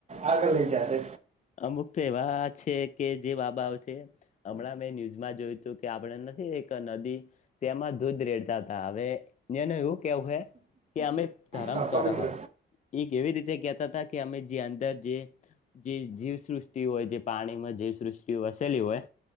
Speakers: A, on the right (about 35°); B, on the left (about 35°).
A: આગળ લઈ જશે
B: અમુક તો એવા છે, કે જે બાબાવ છે. હમણાં મેં ન્યૂઝમાં જોયું હતું, કે આપણે નથી એક નદી તેમાં દૂધ રેડતા હતા, હવે ન્યાનો આવું. કેવું કે અમે ધર્મ
A: હા, પવિત્ર
B: કરહ એક એવી રીતે કેતા હતા કે અમે જે અંદર જે જે જીવ. સૃષ્ટિ હોય જે પાણી માં જેવી સૃષ્ટિ વસેલી હોય.